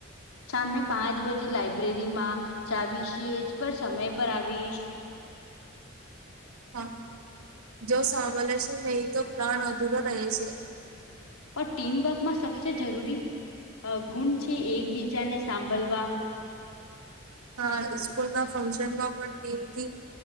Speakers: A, on the left; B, on the right.
A: સામે પાંચ બજે લાઈબ્રેરીમાં જાવીશી જ પર સમય પર આવીશ
B: હા જો સાંભલે છે, અને ઈ તો પ્લાન અધુરો રહે છે.
A: ઓર ટીમવર્કમાં સબસે જરૂરી અ ગુણ છે એકબીજાને સાંભલવા
B: હા સ્કૂલના ફંક્શનમાં પણ ટીમથી